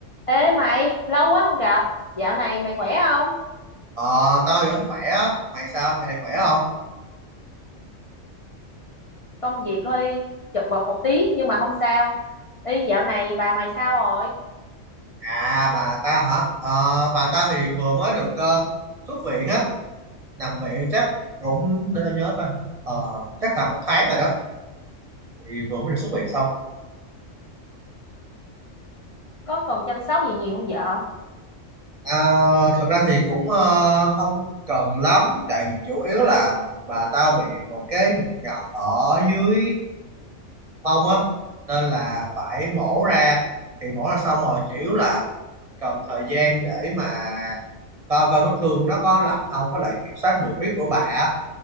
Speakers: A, on the left (about 40°); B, on the right (about 30°).
A: Ê mày, lâu quá không gặp. Dạo này mày khỏe không?
B: Ờ, tao vẫn khỏe á. Mày sao? Ngày này khỏe không?
A: Công việc hơi chật vật một tí nhưng mà không sao. Ê, dạo này bà mày sao rồi?
B: À, bà tao hả? Ờ, bà tao thì vừa mới được ờ, xuất viện á. Nằm viện chắc cũng để tao nhớ coi. Ờ, chắc tầm một tháng rồi đó. Thì vừa mới được xuất viện xong.
A: Có cần chăm sóc gì nhiều không vợ?
B: À, thật ra thì cũng ờ, không cần lắm. Tại vì chủ yếu là bà tao bị một cái mụn nhọt ở dưới mông á. Nên là phải mổ ra. Thì mổ ra xong rồi chủ yếu là cần thời gian để mà coi coi vết thương nó có lành không có lại kiểm soát được huyết của bà á.